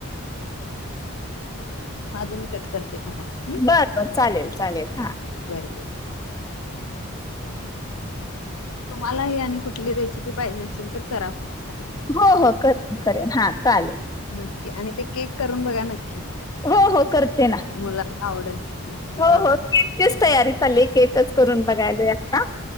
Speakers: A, on the left (about 85°); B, on the left (about 15°).
A: माझं मी कट करते थांबा हम्म
B: बर बर चालेल चालेल हा
A: बर बर तुम्हालाही आणि कुठली रेसिपी पाहिजे असेल तर करा फोन चालतंय
B: हो
A: हम्म
B: हो करेन करेन हा चालेल
A: नक्की आणि ते केक करून बघा नक्की
B: हो हो करते ना
A: मुलाला आवडेल नक्कीच
B: हो
A: आवडेल
B: हो केकचीच तयारी चालली आहे केकच करून बघायल याता